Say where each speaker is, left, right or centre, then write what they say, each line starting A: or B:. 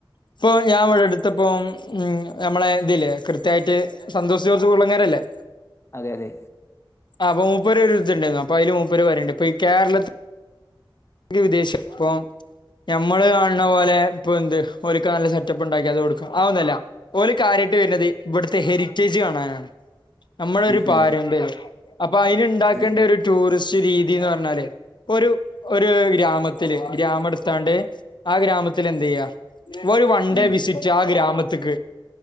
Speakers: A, on the left (about 55°); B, on the left (about 30°).
A: ഇപ്പൊ ഞാവിടെ അടുത്ത് ഇപ്പം ഉമ് നമ്മളെ ഇതില്ലേ കൃത്യയിട്ട് സന്തോഷ് ജോർജ് കുള്ളങ്ങര ഇല്ലേ
B: അതെ അതെ
A: ആ അപ്പൊ മുപ്പര് <unintelligible> അപ്പ അയില് മുപ്പരു പറയിണ്ട് ഇപ്പ ഈ കേരളത്തില് വിദേശിപ്പോ ഞമ്മള് കാണണ പോലെ ഇപ്പൊ എന്ത് ഒരിക്ക നല്ല സെറ്റപ്പ് ഉണ്ടാക്കി അത് കൊടുക്കുക ആ തൊന്നുല്ല ഓര് കാര്യയിട്ട് വരുന്നത് ഇവിടുത്തെ ഹെറിറ്റേജ് കാണാനാണ് നമ്മളൊരു
B: ഉം ഉം
A: <unintelligible> അപ്പൊ അയ്ന് ഉണ്ടാക്കേണ്ട
B: ഉം
A: ഒരു ടൂറിസ്റ്റ് രീതിന്ന് പറഞ്ഞാല് ഒരു ഒരു ഗ്രാമത്തില് ഗ്രാമ എടുത്താണ്ട് ആ ഗ്രാമത്തില് എന്ത് ചെയ്യാ ഒരു വൺ
B: ഉം
A: ഡേ വിസിറ്റ് ആ ഗ്രാമത്ത്ക്ക്